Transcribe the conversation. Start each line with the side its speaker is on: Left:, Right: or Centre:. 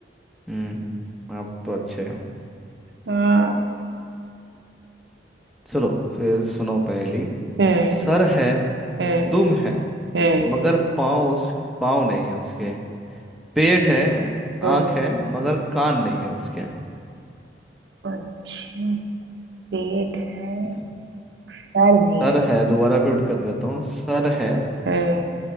Centre: हम्म, आप तो अच्छे हो
Right: हाँ
Centre: चलो फिर सुनो पहली
Right: हम्म
Centre: सर है
Right: हम्म
Centre: दुम है
Right: हम्म
Centre: मगर पाँव उस पाँव नहीं है उसके पेट है
Right: हम्म।
Centre: आँख है मगर कान नहीं है उसके
Right: अच्छा पेट है
Centre: हम्म।
Right: सर भी
Centre: सर
Right: है
Centre: है दोबारा रिपीट कर देता हूँ सर है
Right: हम्म